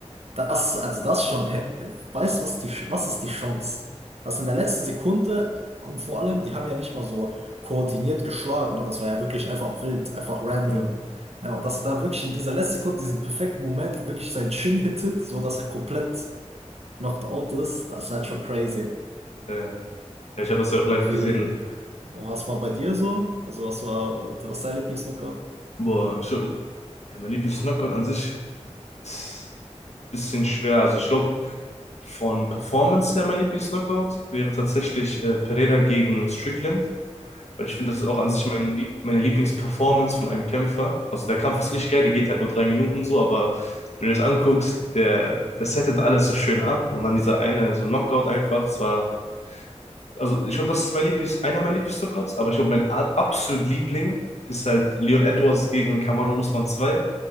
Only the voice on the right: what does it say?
Das, also das schon, hä? weißt du, was die, was ist die Chance? das in der letzten Sekunde, und vor allem, die haben ja nicht mal so koordiniert geschlagen, ne? Das war ja wirklich einfach wild, einfach random.
Ja, und dass er dann wirklich in dieser letzten Sekunde, diesen perfekten Moment, wirklich sein Chin hittet, so dass er komplett knocked out ist, das ist halt schon crazy.
Und
wie, was war bei dir so? Also was war, was ist dein Lieblingslookout?
Hm.